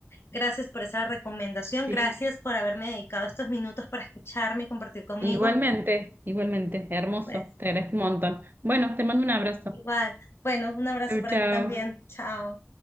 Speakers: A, on the left; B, on the right.
A: gracias por esa recomendación,
B: Sí.
A: gracias por haberme dedicado estos minutos para escucharme y compartir conmigo.
B: Igualmente, igualmente, hermoso,
A: Pues
B: te agradezco un montón. Bueno, te mando un abrazo.
A: igual, bueno, un abrazo
B: Chau,
A: para
B: chau.
A: ti también. Chao.